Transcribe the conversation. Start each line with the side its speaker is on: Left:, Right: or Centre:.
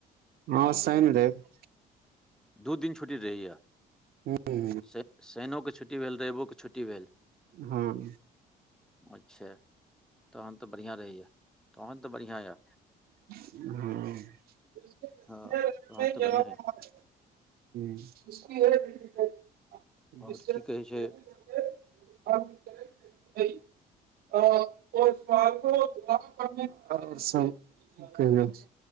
Right: हां सैन, रैब।
Centre: दु दिन छुट्टी दैया।
Right: हुं।
Centre: सै-शैनो के छुट्टी भेल, रैबो के छुट्टी भेल।
Right: हां।
Centre: अच्छा तहन तऽ बढ़ियाँ रहैया, तहन तऽ बढ़ियाँ यऽ।
Right: हां।
Centre: हँ तहन तऽ बढ़िआँ
Right: हुं।
Centre: यऽ
Right: <unintelligible>
Centre: आओर की कहै छै
Right: और सब की कर रहल छी,